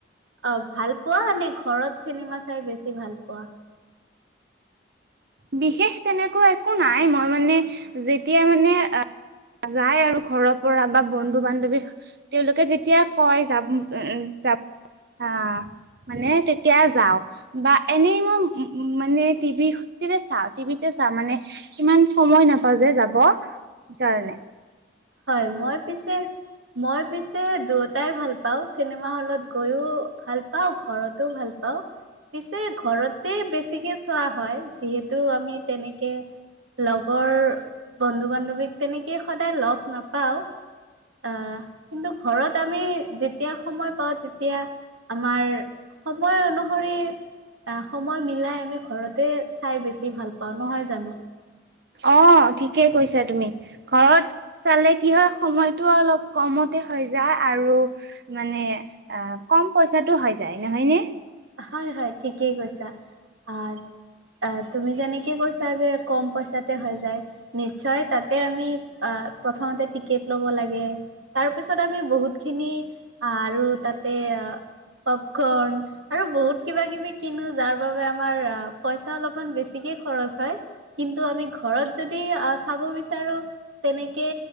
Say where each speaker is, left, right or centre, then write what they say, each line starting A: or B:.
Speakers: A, on the right (about 80°); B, on the right (about 55°).
A: অ ভাল পোৱা নে ঘৰত চিনেমা চাই বেছি ভাল পোৱা?
B: বিশেষ তেনেকুৱা একো নাই মই মানে যেতিয়া মানে আ যায় আৰু ঘৰৰ পৰা বা বন্ধু বান্ধৱী তেওঁলোকে যেতিয়া কয় যাম যাম আ মানে তেতিয়া যাও। বা এনেই মই মানে টিভি সতে চাওঁ টিভিতে চাওঁ মানে ইমান সময় নাপাওঁ যে যাব কাৰণে।
A: হয়। মই পিছে মই পিছে দুয়োটাই ভাল পাওঁ, চিনেমা হ'লত গৈও ভাল পাওঁ ঘৰতো ভাল পাওঁ। পিছে ঘৰতে বেছিকে চোৱা হয়, যিহেতু আমি তেনেকে লগৰ বন্ধু বান্ধৱীক তেনেকেই সদায় লগ নাপাও, আহ কিন্তু ঘৰত আমি যি <unintelligible> সময় পাওঁ তেতিয়া আমাৰ সময় অনুসৰি সময় মিলাই আমি ঘৰতে চাই বেছি ভাল পাওঁ নহয় জানো?
B: অ', ঠিকেই কৈছা তুমি, ঘৰত চালে কি হয় সময়টো অলপ কমতে হৈ যায়, আৰু মানে অ', কম পইচাটো হৈ যায় নহয় নে?
A: হয়, হয় ঠিকেই কৈছা। অ', তুমি যেনেকে কৈছা যে কম পইচাতে হৈ যায়। নিশ্চয় তাতে আমি অ', প্ৰথমতে টিকেট ল'ব লাগে তাৰ পিছত আমি বহুত খিনি আৰু তাতে পপকৰ্ন আৰু বহুত কিবা কিবি কিনো, যাৰ বাবে আমাৰ পইচা অলপমান বেছিকে খৰচ হয়। কিন্তু আমি ঘৰত যদি, আ চাব বিচাৰোঁ তেনেকে